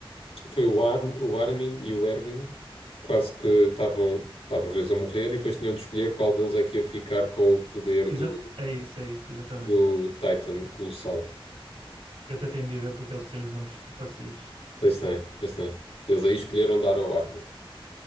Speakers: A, on the left; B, on the right.
A: Foi o, Ar, o Armin e o Erwin quase que estavam, estavam os dois a morrer e depois tinham de escolher qual deles é que ia ficar com o poder
B: Exa-
A: do,
B: é isso, é isso, exatamente.
A: do Titan Colossal.
B: Eu até tenho de ir ver porque eles têm os nomes parecidos.
A: Pois tem, pois tem. Eles aí escolheram dar ao Armin.